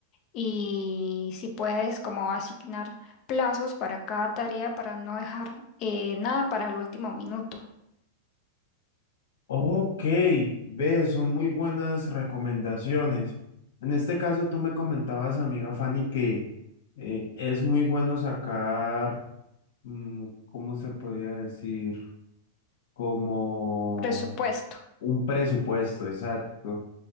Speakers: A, on the left (about 30°); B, on the left (about 80°).
A: Y si puedes, como asignar plazos para cada tarea para no dejar eh, nada para el último minuto.
B: Ok, ves, son muy buenas recomendaciones. En este caso, tú me comentabas, amiga Fanny, que eh, es muy bueno sacar, mm, ¿cómo se podría decir? Como
A: Presupuesto.
B: un presupuesto, exacto.